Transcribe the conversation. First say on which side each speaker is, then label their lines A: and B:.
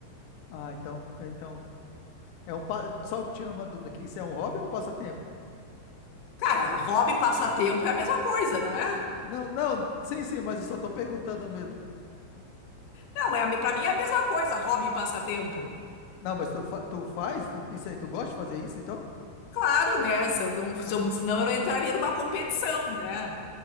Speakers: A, on the left; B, on the left.
A: Ah, então, então é um pa- só tira uma dúvida aqui. Isso é um hobby ou um passatempo?
B: Cara, hobby e passatempo é a mesma coisa, não é?
A: Não, não, sim, sim, mas eu só tô perguntando mesmo.
B: Não, é a, me- pra mim é a mesma coisa, hobby e passatempo.
A: Não, mas tu, fa- tu faz isso aí, tu gosta de fazer isso, então?
B: Claro, né? Se eu não, se
A: Ah,
B: eu, senão eu não entraria numa competição, né?